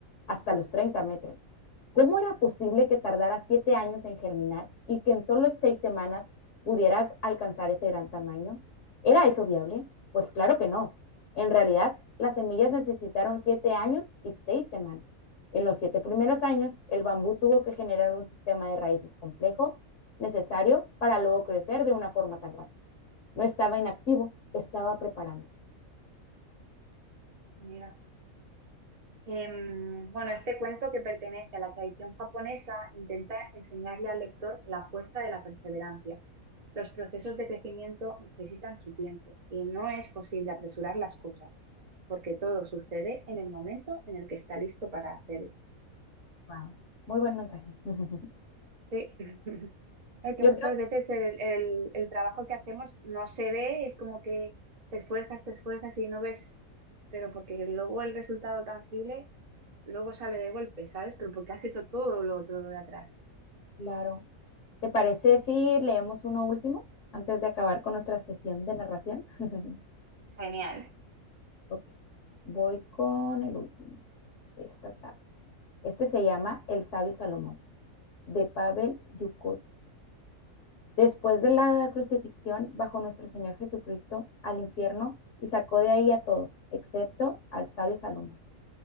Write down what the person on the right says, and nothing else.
amiga? Em, bueno, este cuento que pertenece a la tradición japonesa intenta enseñarle al lector la fuerza de la perseverancia. Los procesos de crecimiento necesitan su tiempo y no es posible apresurar las cosas, porque todo sucede en el momento en el que está listo para hacerlo.
Sí, <laughs> Es que
muchas
veces el, el- el trabajo que hacemos no se ve, es como que te esfuerzas, te esfuerzas y no ves, pero porque luego el resultado tangible luego sale de golpe, ¿sabes? Pero porque has hecho todo lo otro de atrás.
Genial.